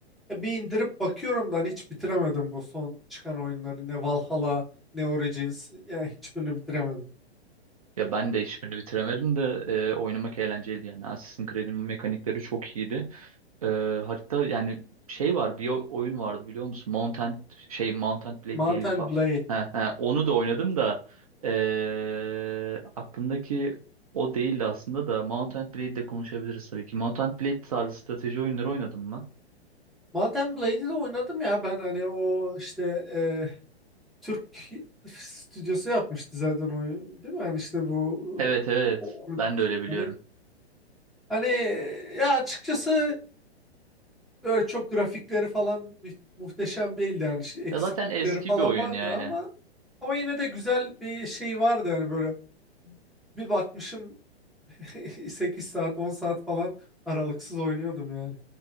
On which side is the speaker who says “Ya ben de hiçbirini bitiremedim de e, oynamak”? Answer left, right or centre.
Right